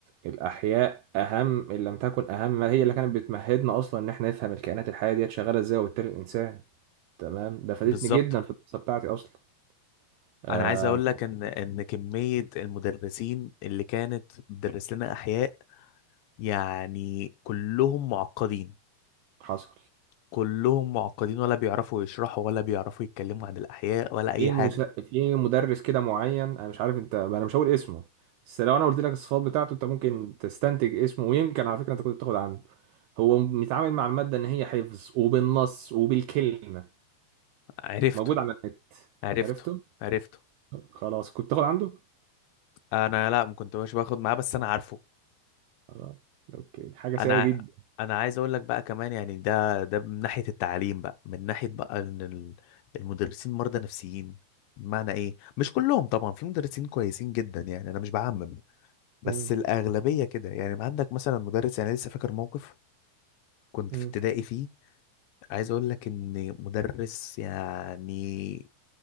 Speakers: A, on the right; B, on the left.
A: الاحياء اهم ان لم تكن اهم ما هي اللي كانت بتمهدنا اصلا ان احنا نفهم الكائنات الحيه ديت شغاله ازاي وبالتالي الانسان تمام ده فادتني
B: بالظبط
A: جدا في الدراسه بتاعتي اصلا آه
B: انا عايز اقول لك ان ان كمية المدرسين اللي كانت بتدرس لنا احياء يعني كلهم معقدين
A: حصل
B: كلهم معقدين ولا بيعرفوا يشرحوا ولا بيعرفوا يتكلموا عن الأحياء ولا أي
A: في
B: حاجة
A: مس... في مدرس كده معين انا مش عارف انت انا مش هقول اسمه بس لو انا قلت لك الصفات بتاعته انت ممكن تستنتج اسمه ويمكن على فكره انت كنت بتاخد عنه هو بيتعامل مع الماده ان هي حفظ وبالنص وبالكلمه
B: عرفته
A: موجود على النت
B: عرفته
A: عرفته
B: عرفته
A: خلاص كنت تاخد عنده
B: أنا لا ما كنتش باخد معاه بس أنا عارفه
A: خلاص اوكي دي حاجه سيئه
B: أنا
A: جدا
B: أنا عايز أقول لك بقى كمان يعني ده ده من ناحية التعليم بقى من ناحية بقى إن ال- المدرسين مرضى نفسيين بمعنى إيه مش كلهم طبعا في مدرسين كويسين جدا يعني أنا مش بعمم بس
A: امم
B: الأغلبية كده يعني ما عندك مثلا مدرس يعني لسه فاكر موقف كنت
A: امم
B: في ابتدائي فيه عايز اقول لك ان مدرس يعني